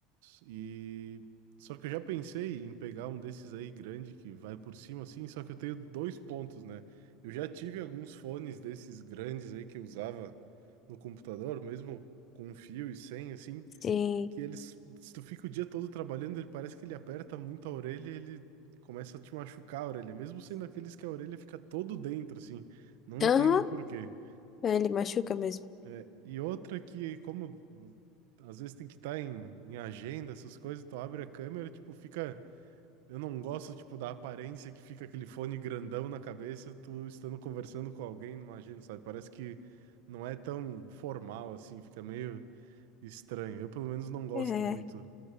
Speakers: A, on the right; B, on the left.
A: E só que eu já pensei em pegar um desses aí grande que vai por cima assim, só que eu tenho dois pontos, né? Eu já tive alguns fones desses grandes aí que eu usava no computador, mesmo com fio e sem assim,
B: Sim.
A: que eles se tu fica o dia todo trabalhando, ele parece que ele aperta muito a orelha, e ele começa a te machucar a orelha, mesmo sendo aqueles que a orelha fica todo dentro assim. Não
B: Aham,
A: entendo por quê.
B: É, ele machuca mesmo.
A: É, e outra que, como às vezes tem que estar em, em agenda, essas coisas, tu abre a câmera, tipo, fica. Eu não gosto, tipo, da aparência que fica aquele fone grandão na cabeça, tu estando conversando com alguém numa agenda, sabe? Parece que não é tão formal assim, fica meio estranho. Eu, pelo menos, não gosto
B: É,
A: muito.